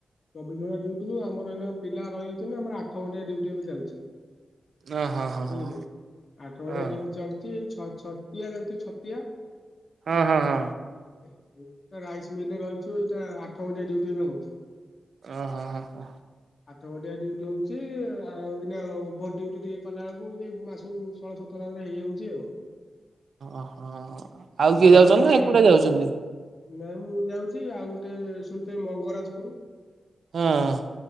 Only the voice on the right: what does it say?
ଓ ହଁ ହଁ ହଁ
ହଁ
ହଁ ହଁ ହଁ।
ଓହୋ ହଁ ହଁ।
ଓହୋ ଆଉ କିଏ
ଯାଉଛନ୍ତି
ନା ଏକୁଟିଆ
ଯାଉଛନ୍ତି?
ହଁ।